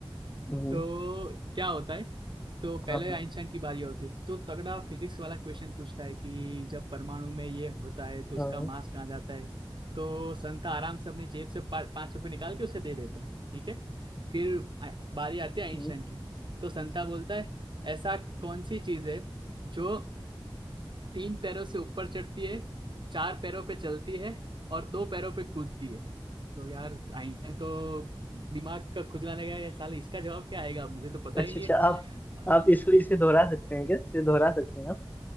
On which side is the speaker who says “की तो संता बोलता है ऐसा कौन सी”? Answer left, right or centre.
Right